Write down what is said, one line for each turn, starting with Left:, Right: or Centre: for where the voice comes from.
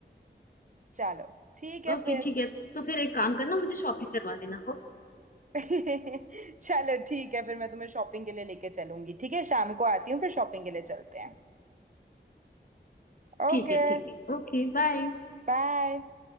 Right: चलो ठीक है
Left: ओके
Right: फिर
Left: ठीक है तो फिर एक काम करना मुझे शॉपिंग करवा देना ओके
Right: <laughs> चलो ठीक है फिर मैं तुम्हें शॉपिंग के लिए लेके चलूंगी ठीक है शाम को आती हूँ फिर शॉपिंग के लिए चलते हैं Okay
Left: ठीक है ठीक है Okay bye
Right: bye